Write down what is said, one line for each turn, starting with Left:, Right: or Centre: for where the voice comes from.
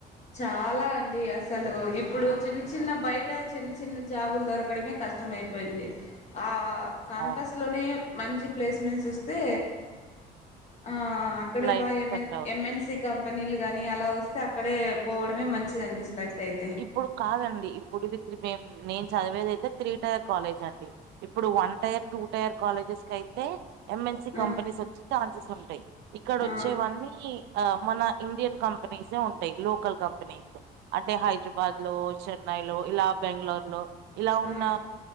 Left: చాలా అండి అసలు ఇప్పుడు చిన్న చిన్న బయట చిన్న చిన్న జాబులు దొరకడమే కష్టం కష్టమైపోయింది ఆ కాంపస్
Right: అవును
Left: లోనే మంచి ప్లేస్మెంట్స్ వస్తే ఆ ఇక్కడే
Right: లైఫ్
Left: బా ఎంఎన్
Right: సెట్ అవుద్ది
Left: ఎంఎన్సి కంపెనీలు గాని అలా వస్తే అక్కడే పోవడమే మంచిదండి సెలెక్ట్ అయితే
Right: ఇప్పుడు కాదండి ఇప్పుడు మేం నేను చదివేది అయితే త్రీ టైర్ కాలేజ్ అండి ఇప్పుడు one tier two tier colleges కయితే ఎంఎన్సి కంపెనీస్
Left: ఆ
Right: వచ్చే ఛాన్సెస్ ఉంటాయి ఇక్కడొచ్చేవన్ని
Left: ఆ
Right: ఆ మన ఇండియన్ కంపెనీసే ఉంటాయి లోకల్ కంపెనీలు అంటే హైదరాబాద్ లో చెన్నై లో ఇలా బెంగళూరులో ఇలా ఉన్నా
Left: ఆ